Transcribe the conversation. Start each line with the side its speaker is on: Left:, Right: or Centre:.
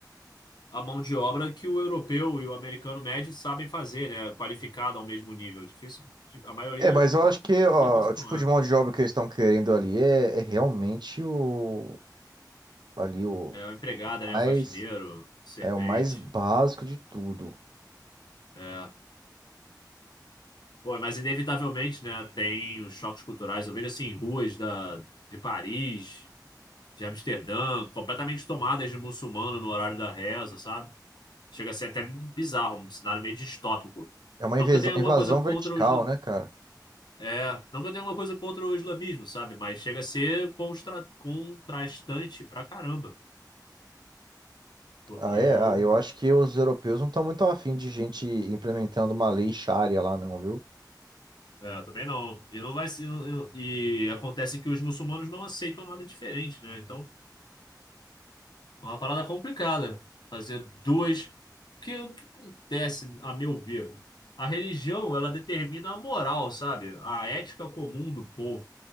Left: a mão de obra que o europeu e o americano médio sabem fazer, né? Qualificado ao mesmo nível. Difícil, a maioria
Right: É, mas eu acho que ó,
Left: com certeza
Right: o tipo
Left: não é.
Right: de mão de obra que eles estão querendo ali é, é realmente o ali o,
Left: É o empregada,
Right: o
Left: né?
Right: mais
Left: O faxineiro, servente.
Right: é o mais básico de tudo.
Left: É. Pô, mas inevitavelmente, né? Tem os choques culturais. Eu vejo assim, ruas da, de Paris, de Amsterdã, completamente tomadas de muçulmano no horário da reza, sabe? Chega a ser até bizarro, um cenário meio distópico.
Right: É uma
Left: Não
Right: invas-
Left: que eu tenha alguma
Right: invasão
Left: coisa contra
Right: vertical,
Left: os
Right: né, cara?
Left: É, não que eu tenha alguma coisa contra o islamismo, sabe? Mas chega a ser constra- contrastante pra caramba. Porque
Right: Ah, é?
Left: é o.
Right: Ah, eu acho que os europeus não estão muito afim de gente implementando uma lei Sharia lá, não, viu?
Left: É, também não. E não vai ser. E e acontece que os muçulmanos não aceitam nada diferente, né? Então, é uma parada complicada. Fazer duas. Porque o que acontece, a meu ver? A religião, ela determina a moral, sabe? A ética comum do povo. O